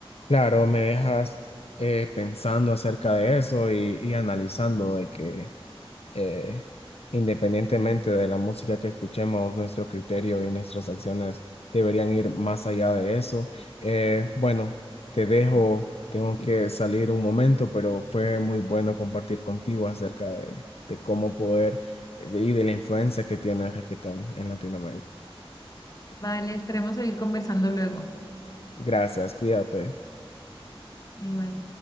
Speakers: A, on the left (about 80°); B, on the left (about 35°).
A: Claro, me dejas eh, pensando acerca de eso y, y analizando de que eh, independientemente de la música que escuchemos, nuestro criterio y nuestras acciones deberían ir más allá de eso. Eh, bueno, te dejo, tengo que salir un momento, pero fue muy bueno compartir contigo acerca de, de cómo poder eh, de- y de la influencia que tiene el reggaetón en Latinoamérica.
B: Vale, esperemos seguir conversando luego.
A: Gracias, cuídate.
B: Igual.